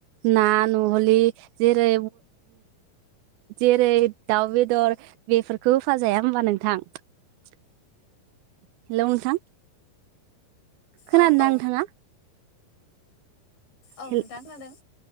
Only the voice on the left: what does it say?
औ औ
औ
नोंथां खोनादों